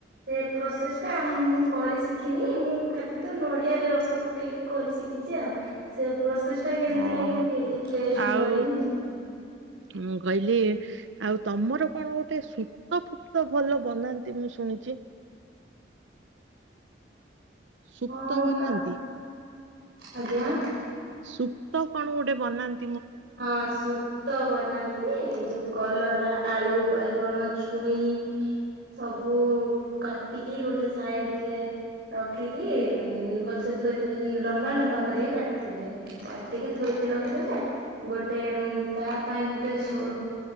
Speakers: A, on the right (about 60°); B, on the right (about 85°).
A: ସେ ପ୍ରୋସେସ ଟା ମୁଁ କରି ଶିଖିନି, ମୁଁ ଖାଦୁ ନଡିଆରେ ରସ ପ କେକି କରି ଶିଖିଛି ଆଉ, ସେ ପ୍ରୋସେସ୍ ଟା କେମିତି
B: ଓହୋ।
A: ଲାଗେ ମୁଁ କେବେ ଟେଷ୍ଟ୍
B: ଆଉ
A: କରିନି।
B: ମୁଁ କହିଲି ଆଉ ତମର କଣ ଗୋଟେ ସୁତ ଫୁପ୍ତ ଭଲ ବନାନ୍ତି ମୁଁ ଶୁଣିଚି? ସୁପ୍ତ
A: ହଁ
B: ବନାନ୍ତି?
A: ତ ଆଜ୍ଞା
B: ସୁପ୍ତ କଣ ଗୋଟେ ବନାନ୍
A: ହଁ ସୁକ୍ ତ ବନାନ୍ତି, ଏଇ ଯୋଉ କଲରା, ଆଳୁ, ବାଇଗଣ, ଛୁଇଁ ସବୁ କାଟିକି ଗୋଟେ ସାଇଡ୍ ରେ ରଖିକି ଭଲସେ ଧୋଇଦେବେ, ଲମ୍ବା ଲମ୍ବା କରିକି କାଟିଥିବେ। କାଟିକି ଧୋଇକି ରଖିଦେବେ, ଗୋଟେ ତା ପାଇଁ ଗୋଟେ ସୋ